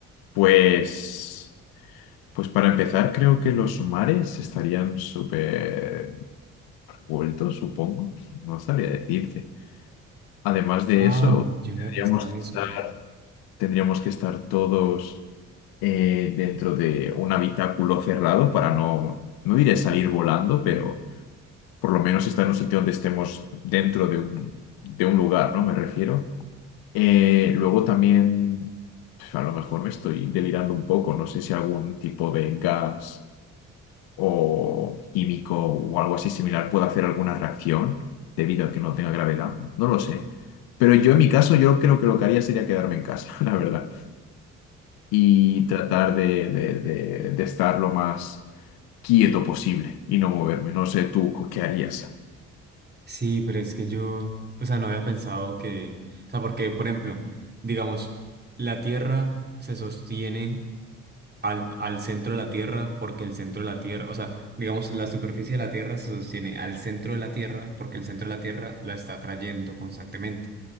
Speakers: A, on the left; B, on the right.
A: Pues, pues para empezar, creo que los mares estarían súper revueltos, supongo. No sabría decirte. Además de
B: Ah,
A: eso,
B: yo no
A: tendríamos
B: había pensado en
A: que
B: eso.
A: estar, tendríamos que estar todos eh, dentro de un habitáculo cerrado para no, no diré salir volando, pero por lo menos estar en un sitio donde estemos dentro de un, de un lugar, ¿no? Me refiero. Eh, luego también, pf, a lo mejor me estoy delirando un poco, no sé si algún tipo de gas o químico o algo así similar puede hacer alguna reacción debido a que no tenga gravedad, no lo sé. Pero yo en mi caso, yo creo que lo que haría sería quedarme en casa, <laughs> la verdad, y tratar de, de, de, de estar lo más quieto posible y no moverme. No sé tú qué harías.
B: Sí, pero es que yo, o sea, no había pensado que, o sea, porque, por ejemplo, digamos, la Tierra se sostiene al, al centro de la Tierra, porque el centro de la Tierra, o sea, digamos, la superficie de la Tierra se sostiene al centro de la Tierra, porque el centro de la Tierra la está atrayendo constantemente.